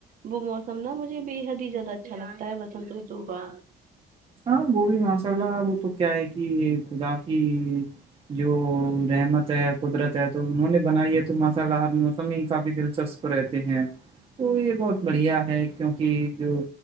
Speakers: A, on the right; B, on the right.
A: وہ موسم نا مجھے بے حد ہی زیادہ اچھا لگتا ہے بسنت رتو کا
B: ہاں وہ بھی ماشاء اللہ وہ تو کیا ہے کہ خدا کی جو رحمت ہے قدرت ہے تو انہوں نے بنائی ہے تو ماشاء اللہ ہر موسم ہی کافی دلچسپ رہتے ہیں تو یہ بہت بڑھیا ہے کیونکہ جو